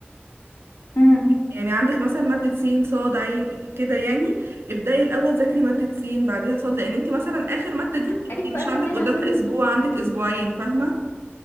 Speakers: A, on the left; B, on the right.
A: امم
B: يعني عندك مثلا مادة سين صاد عين كده يعني ابداي الاول ذاكري مادة سين بعديها صاد لان انت مثلا اخر مادة دي
A: قالت
B: انت
A: سؤال
B: مش عندك
A: كمان
B: قدامها
A: عشان
B: اسبوع عندك اسبوعين فاهمة